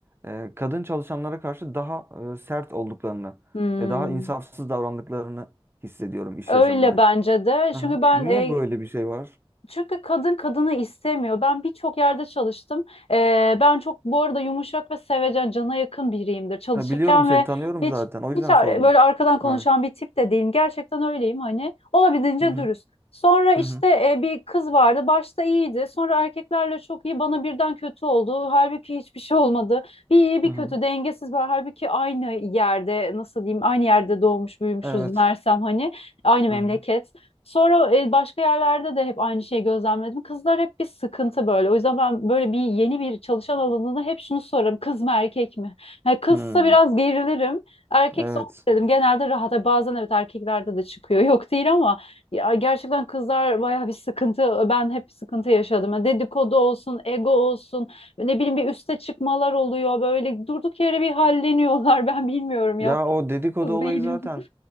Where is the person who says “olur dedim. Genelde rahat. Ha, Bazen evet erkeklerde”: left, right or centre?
Left